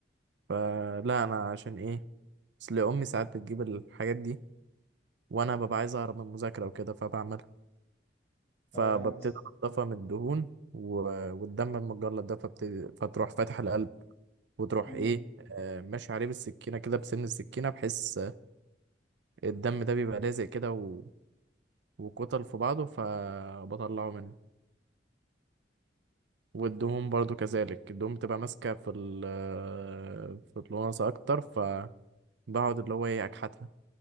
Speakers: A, on the right; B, on the left.
A: فلا انا عشان ايه اصل امي ساعات بتجيب الحاجات دي وانا ببقى عايز اهرب من المذاكره وكده فبعملها فببتدي
B: اه يا عم
A: انضفها من الدهون و- والدم المتجلط ده فبتدي فتروح فاتح القلب وتروح
B: مم.
A: ايه آه، ماشي عليه بالسكينه كده بسن السكينه بحيث الدم ده بيبقى لازق كده و... وكتل في بعضه فبطلعه منه والدهون برضو كذلك الدهون بتبقى ماسكة في ال آه، في الوناسة أكتر فبقعد اللي هو إيه أكحتها